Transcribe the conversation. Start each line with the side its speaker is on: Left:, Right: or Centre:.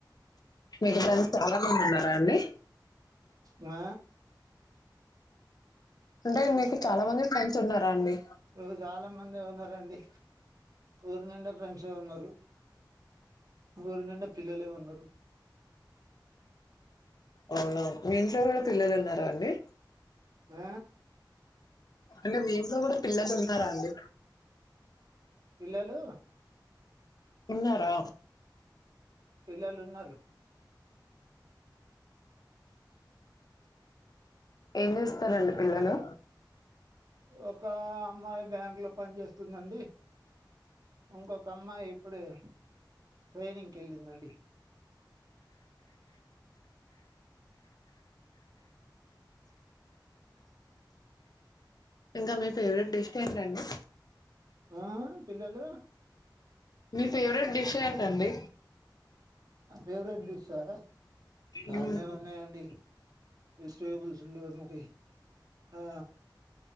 Left: మీకు దానికి చాలా మంది ఉన్నారు అండి
Right: ఆ
Left: అంటే మీకు చాలా మంది ఫ్రెండ్స్ ఉన్నారా అండి
Right: ఇవి చాలా మంది ఉన్నారండి ఊరు నిండ ఫ్రెండ్స్ ఏ ఉన్నారు ఊరు నిండ పిల్లలే ఉన్నారు
Left: అవునా మీ ఇంట్లో కూడా పిల్లలు ఉన్నారా అండి
Right: ఉ
Left: అంటే మీలో కూడా పిల్లలు ఉన్నారా అండి
Right: పిల్లలు
Left: ఉన్నారా
Right: పిల్లలు ఉన్నారు
Left: ఏం చేస్తారండి పిల్లలు
Right: ఒక అమ్మాయి బ్యాంక్ లో పనిచేస్తుందండి ఇంకొక అమ్మాయి ఇప్పుడే ట్రయినింగ్ కి వెళ్ళిందండి
Left: ఇంకా మీ ఫేవరెట్ డిష్ ఏంటండి
Right: ఆ పిల్లలు
Left: మీ ఫెవరెట్ డిష్ ఏంటండీ
Right: ఫేవరెట్ డిష్ ఆ చాలనే
Left: మ్మ్
Right: ఉన్నాయండి వెజిటేబుల్స్ లే మరి ఆ